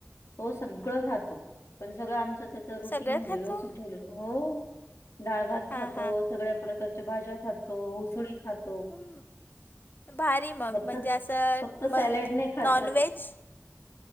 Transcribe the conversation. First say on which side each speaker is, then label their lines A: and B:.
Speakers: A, on the left; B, on the left.
A: तो सगळं खातो... पण सगळं आमचं... त्याच रुटीन
B: सगळं
A: म्हणजे...
B: खातो
A: व्यवस्थित ठेवलं... हो. डाळ भात
B: हां
A: खातो...
B: हां
A: सगळ्या प्रकारच्या भाज्या खातो.... उसळी खातो.
B: <inaudible> भारी मग...
A: फक्त
B: म्हणजे असं
A: फक्त
B: मग...
A: सॅलड नाही खात
B: नॉन व्हेज?